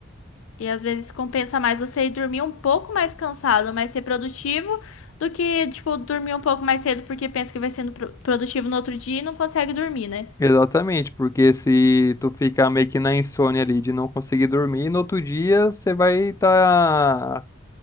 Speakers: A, on the left; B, on the left.
A: E às vezes compensa mais você ir dormir um pouco mais cansado, mas ser produtivo, do que, tipo, dormir um pouco mais cedo porque pensa que vai sendo pro- produtivo no outro dia e não consegue dormir, né?
B: Exatamente, porque se tu ficar meio que na insônia ali de não conseguir dormir, no outro dia você vai estar